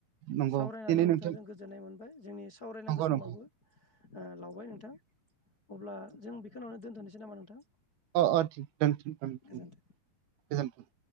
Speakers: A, on the right (about 85°); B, on the left (about 25°).
A: नंगौ
B: सावरायनानै
A: दिनै
B: नोंथांजों
A: नोंथां
B: गोजोननाय मोनबाय। जोंनि सावरायनांगौ
A: नंगौ
B: समाबो
A: नंगौ
B: ओ लावबाय नोंथां अब्ला जों बिखिनावनो दोनथ'नोसै नामा नोंथां?
A: औ-औ थिग <unintelligible> गोजोनथों
B: गोजोन्थों